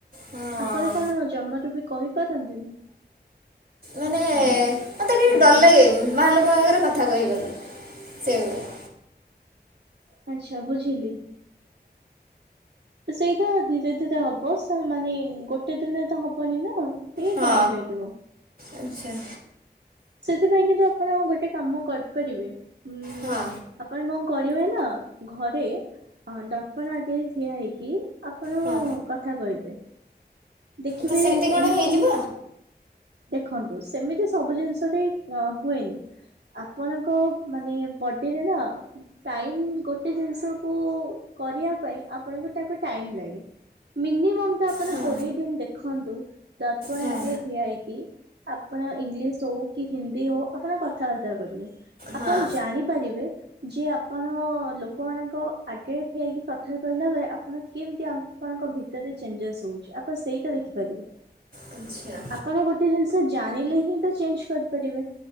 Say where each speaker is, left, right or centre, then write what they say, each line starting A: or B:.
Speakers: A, on the right (about 60°); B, on the right (about 80°).
A: ହଁ
B: ଆପଣ କଣ ଜମାରୁୁ ବି କହିପାରନ୍ତିନି?
A: ମାନେ ମୋତେ ଟିକେ ଡର ଲାଗେ ବାହାର ଲୋକଙ୍କ ଆଗରେ କଥା କହିବାକୁ। ସେଇଭଳିଆ।
B: ଆଚ୍ଛା ବୁଝିଲି। ସେଇଟା ଧୀରେ ଧୀରେ ହବ ସା ମାନେ ଗୋଟେ ଦିନରେ ତ ହବନି ନା।
A: ହଁ
B: ଟାଇମ ଲାଗିବ।
A: ଆଚ୍ଛା।
B: ସେଥିପାଇଁ କିନ୍ତୁ ଆପଣ ଗୋଟେ କାମ କରିପାରିବେ ଉଁ
A: ହଁ
B: ଆପଣ କଣ କରିବେ ନା ଘରେ ହଁ ଦର୍ପଣ ଆଗରେ ଠିଆ ହେଇକି ଆପଣ
A: ହଁ।
B: କଥା କହିବେ। ଦେଖିବେ
A: ତ ସେମିତି କଣ
B: ଏମତି
A: ହେଇଯିବ
B: ଦେଖନ୍ତୁ ସେମିତି ସବୁ ଜିନିଷରେ ହୁଏନି। ଆପଣଙ୍କ ମାନେ ବଡେରେ ନା ଟାଇମ ଗୋଟେ ଜିନିଷ କୁ କରିବା ପାଇଁ ଆପଣଙ୍କୁ ତାକୁ ଟାଇମ ଲାଗେ। ମିନିମମ୍ ଟା ଆପଣ
A: ହଁ
B: କୋଡିଏ ଦିନି ଦେଖନ୍ତୁ ଦର୍ପଣ
A: ହଁ
B: ଆଗେ ଠିଆ ହେଇ। କି ଆପଣ ଇଂଲିଶ ହଉ କି ହିନ୍ଦୀ ହଉ ଆପଣ କଥାବାର୍ତ୍ତା କରିବେ।
A: ହଁ।
B: ଆପଣ ଜାଣିପାରିବେ ଯେ ଆପଣ ଲୋକମାନଙ୍କ ଆଗରେ ଠିଆହେଇକି କଥା କହିଲା ବେଳେ ଆପଣ କେମିତି ଅ ଆପଣଙ୍କ ଭିତରେ ଚେଞ୍ଜେସ ହଉଚି ଆପଣ ସେଇଟା ଦେଖିପାରିବେ।
A: ଆଚ୍ଛା।
B: ଆପଣ ଗୋଟେ ଜିନିଷ ଜାଣିଲେ ହିଁ ତ ଚେଞ୍ଜ କରିପାରିବେ।